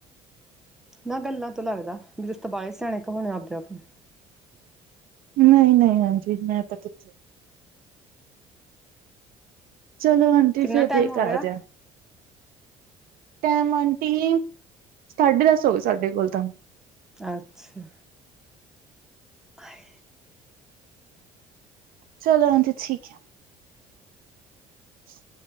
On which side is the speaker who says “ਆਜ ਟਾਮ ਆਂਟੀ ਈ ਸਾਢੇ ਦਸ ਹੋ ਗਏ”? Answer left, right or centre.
Right